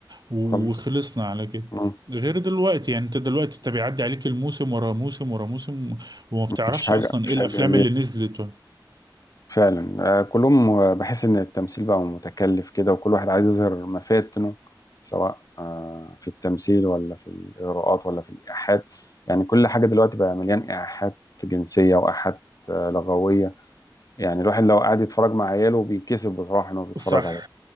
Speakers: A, on the right (about 60°); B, on the left (about 45°).
A: وخلصنا
B: خلاص
A: على كده
B: مم.
A: غير دلوقتي يعني انت دلوقتي انت بيعدي عليك الموسم ورا موسم ورا موسم وما بتعرفش
B: مفيش حاجه
A: اصلا
B: مفيش
A: ايه الافلام
B: حاجه
A: اللي نزلت
B: فعلا آه، كلهم آه، بحس ان التمثيل بقى متكلف كده وكل واحد عايز يظهر مفاتنه سواء آه، في التمثيل ولا في الاغراءات ولا في الايحاءات يعني كل حاجه دلوقتي بقى مليان ايحاءات جنسيه وايحاءات آه، لغويه يعني الواحد لو قاعد يتفرج مع عياله بيتكسف بصراحه ان هو بيتفرج
A: صح
B: على